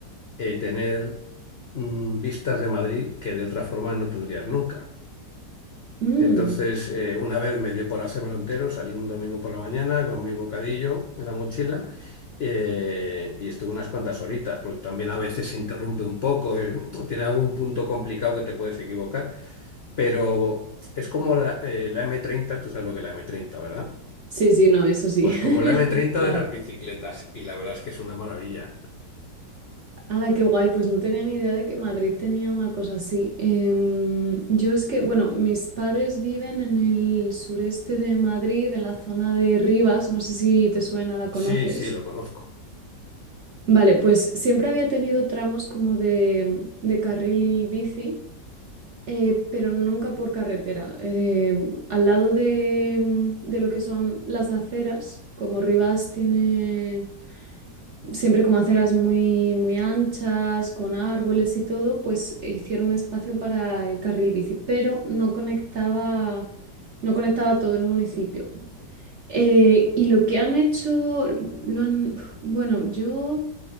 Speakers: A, on the left; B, on the right.
A: eh, tener mm, vistas de Madrid que de otra forma no tendrías nunca.
B: Mm.
A: Entonces, eh, una vez me dio por hacérmelo entero, salí un domingo por la mañana con mi bocadillo en la mochila eh, y estuve unas cuantas horitas, porque también a veces se interrumpe un poco, eh, tiene algún punto complicado que te puedes equivocar, pero es como la, eh, la m treinta tú sabes lo que es la m treinta ¿verdad?
B: Sí, sí, no, eso sí,
A: Pues
B: <laughs>
A: como la m treinta
B: claro.
A: de las bicicletas, y la verdad es que es una maravilla.
B: Ala, qué guay, pues no tenía ni idea de que Madrid tenía una cosa así. Em, yo es que, bueno, mis padres viven en el sureste de Madrid, en la zona de Rivas, no sé si te suena, la conoces.
A: Sí, sí, lo conozco.
B: Vale, pues siempre había tenido tramos como de, de carril bici. eh, pero nunca por carretera. Eh, al lado de, mm, de lo que son las aceras, como Rivas tiene siempre como aceras muy, muy anchas, con árboles y todo, pues hicieron espacio para el carril bici, pero no conectaba, no conectaba todo el municipio. Eh, y lo que han hecho, lo han, bueno, yo